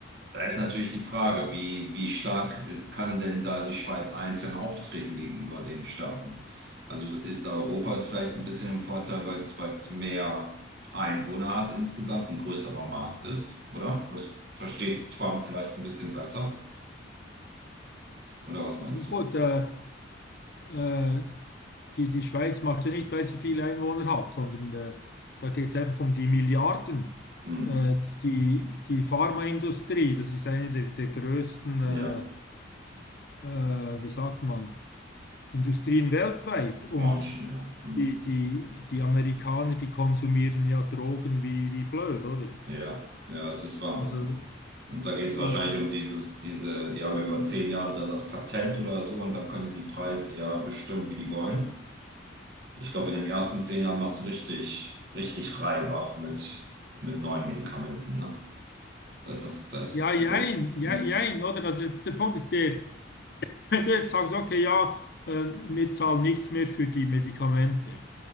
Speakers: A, on the right (about 55°); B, on the left (about 50°).
A: Da ist natürlich die Frage, wie, wie stark äh, kann denn da die Schweiz einzeln auftreten gegenüber den Staaten? Also ist da Europa ist vielleicht ein bisschen im Vorteil, weil es, weil es mehr Einwohner hat insgesamt, ein größerer Markt ist, oder? Das versteht Trump vielleicht ein bisschen besser, oder was meinst
B: Ja,
A: du?
B: gut, äh, äh, Die, die Schweiz macht ja nicht, weil sie viele Einwohner hat, sondern äh, da geht es einfach um die Milliarden.
A: Hm.
B: Äh, die, die Pharmaindustrie, das ist eine der, der größten,
A: Ja,
B: äh, äh, wie sagt man, Industrien weltweit. Und
A: Branchen, ja. Hm.
B: die, die, die Amerikaner, die konsumieren ja Drogen wie, wie blöd, oder?
A: Ja, ja, es ist wahr.
B: Also,
A: ja. Und da geht es wahrscheinlich
B: ähm,
A: um dieses, diese, die haben ja über zehn Jahre dann das Patent oder so und dann können die die Preise ja bestimmen, wie die wollen. Ich glaube, in den ersten zehn Jahren machst du richtig, richtig Reibach mit, mit neuen Medikamenten, ne? Da ist das, da ist
B: ja,
A: das
B: jein,
A: Glück.
B: ja,
A: In,
B: jein, oder? Also der Punkt ist der, wenn du jetzt sagst, okay, ja, ähm, wir zahlen nichts mehr für die Medikamente.